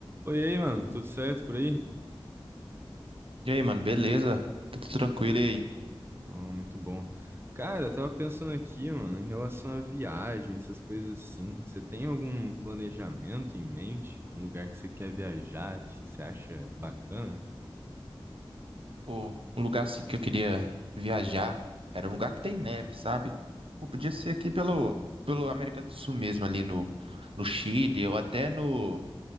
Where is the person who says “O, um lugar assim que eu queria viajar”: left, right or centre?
Right